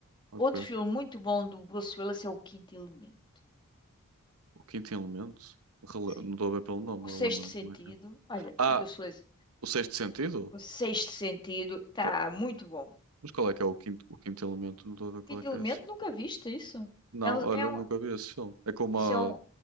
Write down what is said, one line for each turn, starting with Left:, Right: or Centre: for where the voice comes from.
Right: ok.
Left: Outro filme muito bom do Bruce Willis é O Quinto Elemento.
Right: O quinto elemento? Rele-
Left: Sim.
Right: Não estou a ver pelo nome,
Left: O
Right: relembro-me
Left: Sexto Sentido.
Right: como é que é.
Left: Olha,
Right: Ah,
Left: o Bruce Willis.
Right: o sexto sentido?
Left: O Sexto Sentido tá
Right: Tô-
Left: muito bom.
Right: Mas qual é que é o quinto, o quinto elemento? Não estou a ver qual
Left: Quinto
Right: é que
Left: Elemento,
Right: é esse.
Left: nunca viste isso?
Right: Não,
Left: É um,
Right: olha,
Left: é
Right: eu
Left: um-
Right: nunca vi esse filme. É com uma,
Left: isso é, um,